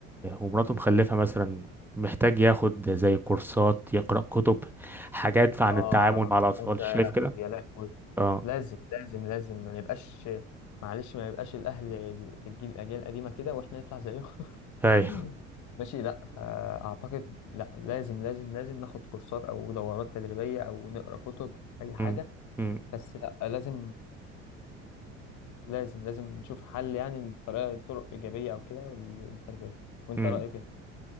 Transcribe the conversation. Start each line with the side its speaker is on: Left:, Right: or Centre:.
Centre: ومراته مخلفة مثلا محتاج ياخد زي كورسات يقرأ كتب حاجات عن
Left: اه
Centre: التعامل
Left: طبعا
Centre: مع الأطفال
Left: انت يا
Centre: شايف
Left: لهوي
Centre: كده؟
Left: يا لهوي
Centre: اه
Left: لازم لازم لازم ما نبقاش معلش ما يبقاش الاهل في الجيل الاجيال القديمه كده واحنا نطلع زيهم
Centre: اي
Left: <laughs> ماشي لا فاعتقد لا لازم لازم لازم ناخد كورسات او دورات تدريبيه او نقرا كتب اي حاجه
Centre: أمم، أمم،
Left: بس لا لازم لازم لازم نشوف حل يعني لطريقة طرق إيجابية أو كده للتربية وأنت
Centre: أمم.
Left: رأيك إيه؟